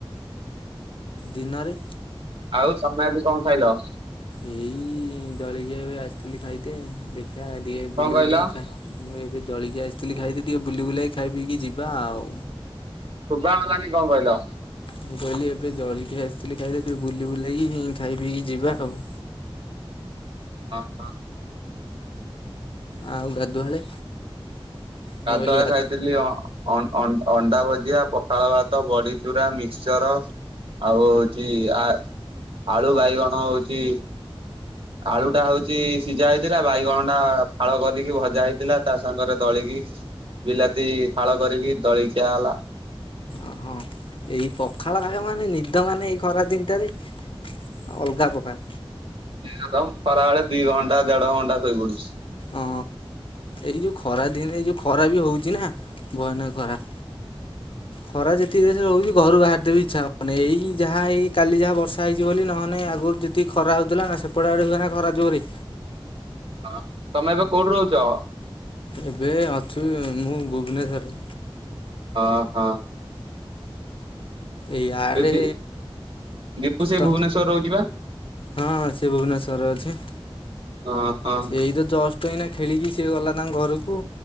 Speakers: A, on the left; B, on the right.
A: ଦିନରେ?
B: ଆଉ ତମେ ଆଜି କଣ ଖାଇଲ?
A: ଏଇ ଦଳିିକି ଏବେ ଆସିଥିଲି ଖାଇଦେ ଦେଖିବା ଟିକେ
B: କଣ
A: ବୁଲି
B: କହିଲ
A: ବୁଲା ଖାଏ ମୁଁ ଏବେ ଜଳିକି ଆସିଥିଲି ଖାଇଥିଲି ଟିକେ ବୁଲି ବୁଲେଇକି ଖାଇ ପିଇକି ଯିବା ଆଉ।
B: ଶୁଭା ଗଲାନି କଣ କହିଲ?
A: ମୁଁ କହିଲି ଏବେ ଜଳିଖିଆ ଆସିଥିଲି ଖାଇଆକୁ ଟିକେ ବୁଲି ବୁଲାକି ଖାଇ ପିଇକି ଯିବା ଆଉ।
B: ଓହୋ।
A: ଆଉ ଗାଧୁଆଳେ। ମୁଁ
B: ଗାଧୁଆଲେ
A: କହିଲି ଗା
B: ଖାଇଥିଲି ଅ ଅ, ଅଣ୍ଡା ଭୁଜିଆ, ପଖାଳ ଭାତ, ବଡି ଚୁରା, ମିକ୍ସଚର। ଆଉ ହଉଛି ଆ, ଆଳୁ ବାଇଗଣ ହଉଛି ଆଳୁ ଟା ହଉଛି ସିଝା ହେଇଥିଲା ବାଇଗଣ ଟା ଫାଳ କରିକି ଭଜା ହେଇଥିଲା ତା ସାଙ୍ଗରେ ଦଳିକି ବିଲାତି ଫାଳ କରିକି ଦଳିକି ଖିଆ ହେଲା।
A: ଓହଁ ଏଇ ପଖାଳ ଖାଇବ ମାନେ ନିଦ ମାନେ ଏଇ ଖରାଦିନଟାରେ ଅଲଗା ପକାର।
B: ମିନିମମ୍ ଖରାବେଳେ ଦି ଘଣ୍ଟା, ଦେଢ ଘଣ୍ଟା, ଶୋଇପଡୁଛି।
A: ଓ। ଏଇ ଯୋଉ ଖରା ଦିନେ ଏଇ ଯୋଉ ଖରା ବି ହଉଛି ନା, ଭୟାନକ ଖରା।
B: <inaudible>
A: ଖରା ଯେତିକି ଜୋସରେ ହଉଛି ଘରୁ ବାହାରି ତେବି ଇଛା ହବନି। ଏଇ ଯାହା ଏଇ କାଲି ଯାହା ବର୍ଷା ହେଇଛି ବୋଲି, ନହେଲେ ଆଗରୁ ଯେତିକି ଖରା ହଉଥିଲାନା ସେପଟେଆଡ଼େ ହୁଏ ନା ଖରା ଜୋରେ।
B: ହଁ ତମେ ଏବେ କୋଉଠି ରହୁଛ?
A: ଏବେ ଅଛୁ ମୁଁ ଭୁବନେଶ୍ୱରରେ।
B: ଓହୋ।
A: ଏଇଆଡେ
B: ଏ ଦି ଦୀପୁ ସେଇ
A: ତ
B: ଭୁବନେଶ୍ଵର ରହୁଛି ବା
A: ହଁ ସେ ଭୁବନେଶ୍ୱରରେ ଅଛି।
B: ଓହୋ।
A: ଏଇ ତ ଜଷ୍ଟ ଏଇନା ଖେଳିକି ସିଏ ଗଲା ତାଙ୍କ ଘରକୁ।